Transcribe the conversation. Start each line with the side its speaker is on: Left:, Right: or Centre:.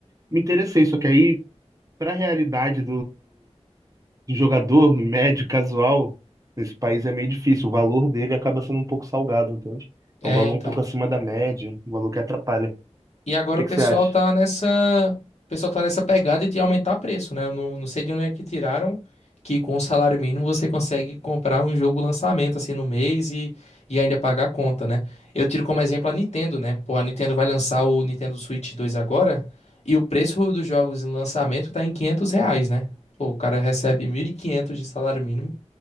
Right: Me interessei, só que aí, para a realidade do jogador médio, casual, nesse país é meio difícil. O valor dele acaba sendo um pouco salgado, entende?
Left: É,
Right: É um valor
Left: então.
Right: um pouco acima da média, um valor que atrapalha. O
Left: E agora
Right: que
Left: o pessoal
Right: que você acha?
Left: tá nessa, o pessoal tá nessa pegada de aumentar preço, né? Eu não, não sei de onde é que tiraram que com o salário mínimo você consegue comprar um jogo lançamento assim no mês e, e ainda pagar a conta, né? Eu tiro como exemplo a Nintendo, né? Pô, a Nintendo vai lançar o Nintendo Switch dois agora e o preço dos jogos em lançamento tá em 500 reais, né? Pô, o cara recebe 1.500 de salário mínimo,